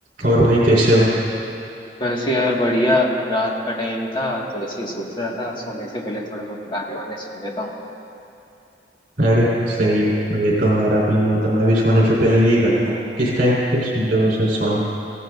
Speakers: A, on the right; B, on the left.
A: और भाई कैसे हो
B: वैसे यार बढ़िया रात का टाइम था तो ऐसे ही सोच रहा था सोने से पहले थोड़े बहुत गाने वाने सुन लेता हूँ
A: अरे सही है तो ये तो मेरा भी मतलब मैं भी सोने से पहले यही करता हूँ किस टाइप के सुनते हो वैसे सोने